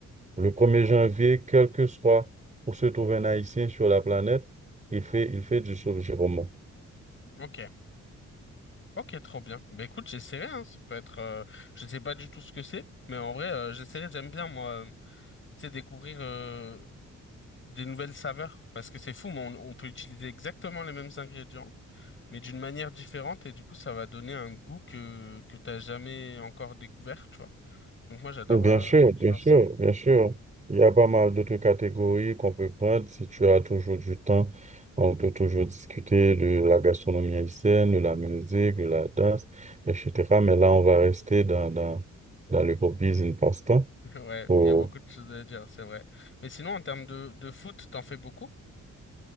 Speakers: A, on the right; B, on the left.
A: Le premier janvier, quel que soit où se trouve un Haïtien sur la planète, il fait, il fait du roman
B: ok. Ok, trop bien. Bah écoute, j'essaierai, hein. Ça peut être, euh, je sais pas du tout ce que c'est, mais en vrai, euh, j'essaierai. J'aime bien moi, euh, tu sais, découvrir euh, des nouvelles saveurs parce que c'est fou, mais on, on peut utiliser exactement les mêmes ingrédients, mais d'une manière différente et du coup, ça va donner un goût que que t'as jamais encore découvert, tu vois. Donc moi, j'adore,
A: Bien
B: euh,
A: sûr, bien
B: j'adore
A: sûr,
B: ça.
A: bien sûr. Il y a pas mal d'autres catégories qu'on peut prendre. Si tu as toujours du temps, on peut toujours discuter de la gastronomie haïtienne, de la musique, de la danse, etc. Mais là, on va rester dans, dans, dans le pop business passe-temps
B: <laughs> Ouais,
A: pour,
B: il y a beaucoup de choses à dire, c'est vrai. Mais sinon, en termes de de foot, t'en fais beaucoup?